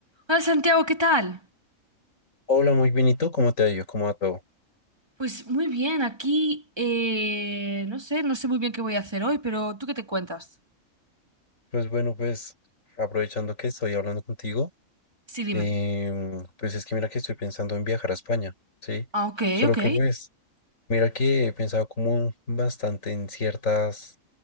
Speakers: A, on the right; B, on the left.
A: Hola Santiago, ¿qué tal?
B: Hola, muy bien. ¿Y tú cómo te ha ido? ¿Cómo va todo?
A: Pues muy bien, aquí eh, no sé, no sé muy bien qué voy a hacer hoy, pero ¿tú qué te cuentas?
B: Pues bueno, pues aprovechando que estoy hablando contigo,
A: Sí, dime.
B: em, pues es que mira que estoy pensando en viajar a España, ¿sí?
A: Ah, ok,
B: Solo
A: ok.
B: que pues, mira que he pensado como bastante en ciertas,